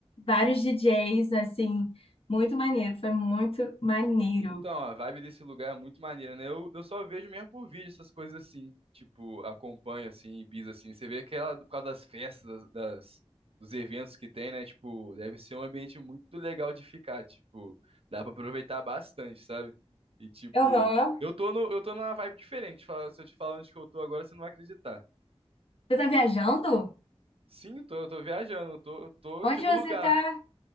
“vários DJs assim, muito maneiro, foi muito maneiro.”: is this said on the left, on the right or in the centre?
Left